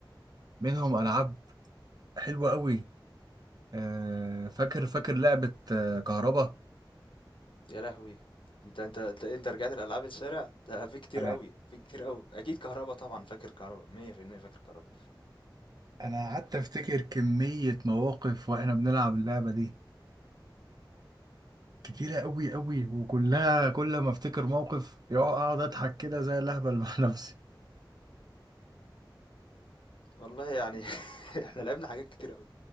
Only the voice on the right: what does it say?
منهم العاب حلوة قوي آه، فاكر فاكر لعبة آه، كهربا
انا
انا قعدت افتكر كمية مواقف واحنا بنلعب اللعبة دي كتيرة قوي قوي وكلها كل ما افتكر موقف يقعد اقعد اضحك كده زي الاهبل مع <laughs> نفسي